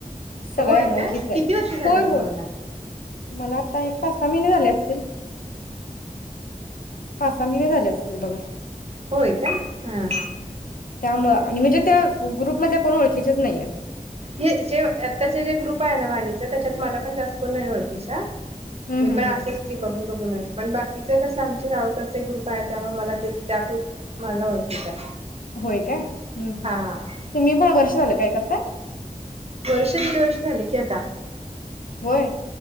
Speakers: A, on the left; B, on the right.
A: सगळ्या
B: होय
A: अनोळखीच
B: का
A: आहेत
B: किती वर्ष झालं
A: होय
B: तुम्हाला
A: होय मला आता एक तास महिने झाले असतील पाच सहा महिने झाले असतील बघा
B: होय का हा हा
A: त्यामुळ आणि म्हणजे त्या ग्रुप मधल्या कोण ओळखीच्याच नाही येत
B: हे जे आताचे जे ग्रुप आहे ना वाणीच त्याच्यात मला पण जास्त कोण नाय ओळखीचा
A: हम्म
B: मी
A: हम्म
B: पण आसच
A: हम्म
B: की बघून बघून पण बाकीच कसं आमचे गावकडचे ग्रुप आहे त्यामुळे मला ते त्या ग्रुप मला ओळखीचा
A: होय काय हम्
B: हा
A: हम्
B: हा
A: तुम्ही वर्ष झालं काय करताय
B: वर्ष दीड वर्ष झाले की आता.
A: होय